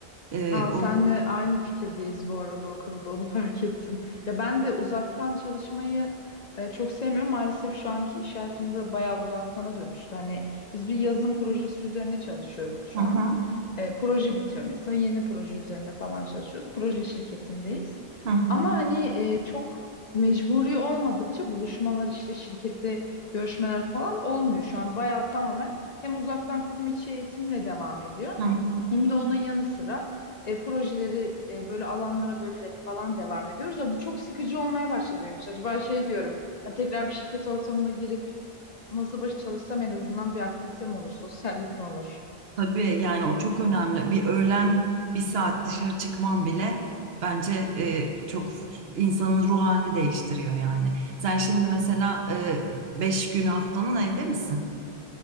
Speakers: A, on the right (about 70°); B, on the left (about 50°).
A: E,
B: Aa,
A: o
B: senle aynı fikirdeyiz bu arada o konuda onu <laughs> fark ettim. Ya ben de uzaktan çalışmayı e, çok sevmiyorum. Maalesef şu anki iş hayatımda bayağı uzaktana dönüştü. Hani biz bir yazım projesi üzerine çalışıyoruz şu
A: hı hı,
B: an. E, proje bitiyor mesela yeni proje üzerinde falan çalışıyoruz. Proje şirketindeyiz.
A: hı hı,
B: Ama hani e, çok mecburi olmadıkça buluşmalar işte şirkette görüşmeler falan olmuyor. Şu an bayağı tamamen hem uzaktan kurum içi eğitimle devam ediyor.
A: hı hı.
B: Hem de onun yanı sıra e, projeleri e, böyle alanlara bölerek falan devam ediyoruz. Ya bu çok sıkıcı olmaya başladı benim için. Acaba şey diyorum, hani tekrar bir şirket ortamına girip masa başı çalışsam en azından bir aktivitem olur, sosyallik mi olur?
A: Tabii yani o çok önemli. Bir öğlen bir saat dışarı çıkman bile bence e, çok insanın ruh halini değiştiriyor yani. Sen şimdi mesela e, beş günü haftanın evde misin?